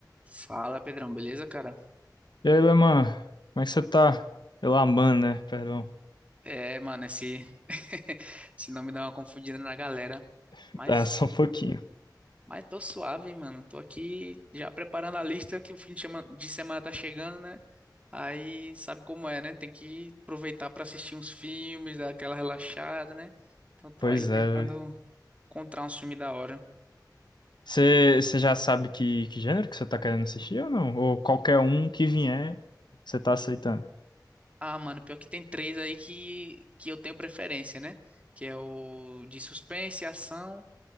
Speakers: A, on the right; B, on the left.
A: Fala, Pedrão, beleza, cara?
B: E aí, Leman, como é que você tá? Elaman, né? Perdão.
A: É, mano, esse, <laughs> esse nome dá uma confundida na galera.
B: <laughs>
A: Mas,
B: Tá, só um pouquinho.
A: mas tô suave, hein, mano. Tô aqui já preparando a lista que o fim de semana, de semana tá chegando, né? Aí sabe como é, né? Tem que aproveitar pra assistir uns filmes, dar aquela relaxada, né? Então tô
B: Pois
A: aí
B: é,
A: tentando
B: velho.
A: encontrar um filme da hora.
B: Você você já sabe que, que gênero que você tá querendo assistir ou não? Ou qualquer um que vier, você tá aceitando?
A: Ah, mano, pior que tem três aí que, que eu tenho preferência, né? Que é o de suspense, ação.